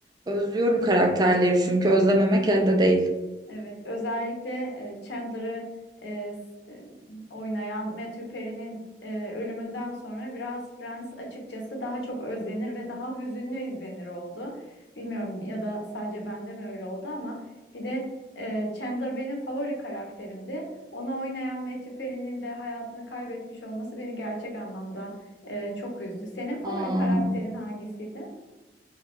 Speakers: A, on the right; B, on the left.
A: Özlüyorum karakterleri çünkü özlememek elde değil.
B: Evet, özellikle e, Chandler'ı e, s- e, oynayan Matthew Perry'nin e, ölümünden sonra biraz Friends açıkçası daha çok özlenir ve daha hüzünlü izlenir oldu. Bilmiyorum ya da sadece bende mi öyle oldu ama bir de e, Chandler benim favori karakterimdi. Onu oynayan Matthew Perry'nin de hayatını kaybetmiş olması beni gerçek anlamda e, çok üzdü. Senin favori
A: Aa,
B: karakterin hangisiydi?